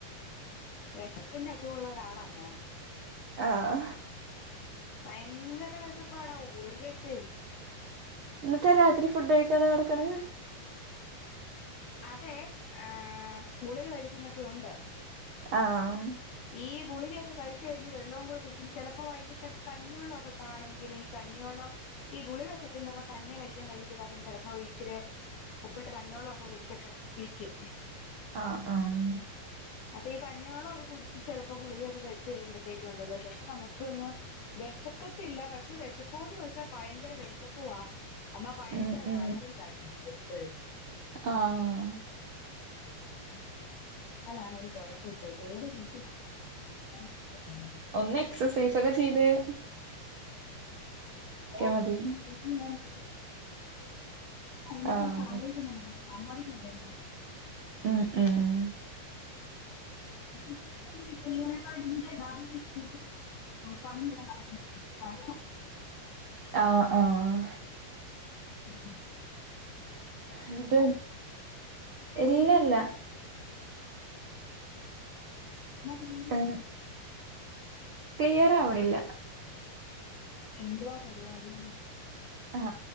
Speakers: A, on the left; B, on the right.
A: വിശപ്പിന്റെ അസുഖള്ള ഒരാളാ ഞാൻ.
B: ആഹ.
A: ഭയങ്കര വിശപ്പാടാ ഒരു രക്ഷ ഇല്ല.
B: എന്നിട്ടാ രാത്രി ഫുഡ് കഴിക്കാതെ കിടക്കണ.
A: അതെ ഏ ഗുളിക കഴിക്കുന്നൊക്കെ ഉണ്ട്.
B: ആഹ്.
A: ഈ ഗുളികയക്കെ കഴിച്ചച്ച് കഴിഞ് വെള്ളവും കൂടെ കുടിക്കുംമ്പോ ചിലപ്പോ വൈകിട്ടൊക്കെ ക്കെഞ്ഞിവെള്ളം ഒക്കെ കാണെങ്കിൽ ഈ കഞ്ഞിവെള്ളം. ഈ ഗുളിക സത്യം പറഞ്ഞ തന്നെ കഴിക്കാൻ കഴിയത്തില്ല അപ്പും ചിലപ്പോ ഇരിച്ചിില് ഉപ്പിട്ട് കഞ്ഞോളം. കെ കുടിച്ചൊക്കെ നിക്കും.
B: ആഹ് ആഹ്
A: അപ്പൊ ഈ കഞ്ഞോള്ളക്കെ കുടിച്ച് ചിലപ്പോ ഗുളികയൊക്കെ കഴിച്ച കഴിയുമ്പഴത്തേക്കും ഉണ്ടല്ലോ ചിലപ്പോ നമുകൊന്ന്. വിശക്കത്തില്ല പക്ഷെ വിശക്കൂന്ന് ചോദിച്ചാ ഭയങ്കര വിശപ്പുവാ. എന്നാ ഭയങ്കര
B: ഉം ഉം
A: മയറും കയിക്കും എപ്പോഴും.
B: ആഹ്.
A: ഉ അതാണൊരു കുഴപ്പം ഇപ്പഴ്തേ ഏതെ <unintelligible>
B: ഒന്ന് എക്സസൈസ് ഒക്കെ ചെയ്ത്കഴി
A: ഓക്കെ.
B: മതി
A: <unintelligible>
B: ആഹ്
A: <unintelligible>
B: ഉം ഉം.
A: <unintelligible> <unintelligible> നടക്ന്ന്ണ്ട് പക്ഷെ <unintelligible>
B: ആഹ് ആഹ്.
A: ഉം.
B: എന്നിട്ട് ഇല്ലല്ല.
A: എന്ന പിന്നെ
B: എം ക്ലിയർ ആവണില്ല.
A: എന്തുവാ പരിവാടി.
B: ആഹ